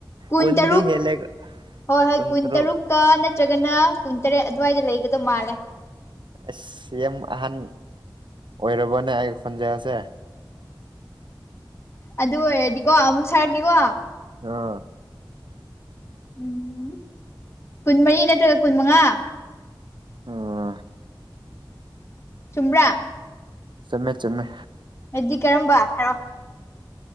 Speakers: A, on the left (about 30°); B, on the right (about 70°).
A: ꯀꯨꯟ
B: ꯀꯨꯟꯗꯤ
A: ꯇꯔꯨꯛ
B: ꯍꯦꯜꯂꯦ
A: ꯍꯣꯏ ꯍꯣꯏ
B: ꯀꯨꯟꯇꯔꯨꯛ
A: ꯀꯨꯟ ꯇꯔꯨꯛ ꯀ ꯅꯠꯇ꯭ꯔꯒꯅ ꯀꯨꯟꯇꯔꯦꯠ ꯑꯗꯨꯋꯥꯏꯗ ꯂꯩꯒꯗꯧ ꯃꯥꯜꯂꯦ
B: ꯑꯁ ꯌꯥꯝ ꯑꯍꯥꯟ ꯑꯣꯏꯔꯕꯅꯦ ꯑꯩ ꯈꯣꯟꯖꯔꯁꯦ ꯫
A: ꯑꯗꯨ ꯑꯣꯏꯔꯗꯤꯀꯣ ꯑꯃꯨꯛ ꯁꯥꯔꯛꯀꯦꯀꯣ
B: ꯑꯥ
A: ꯎꯝ ꯀꯨꯟꯃꯔꯤ ꯅꯠꯇ꯭ꯔꯒ ꯀꯨꯟ ꯃꯉꯥ
B: ꯑꯥ
A: ꯆꯨꯝꯕꯔꯥ
B: ꯆꯨꯝꯃꯦ ꯆꯨꯝꯃꯦ
A: ꯍꯥꯏꯗꯤ ꯀꯔꯝꯕ ꯍꯥꯏꯔꯣ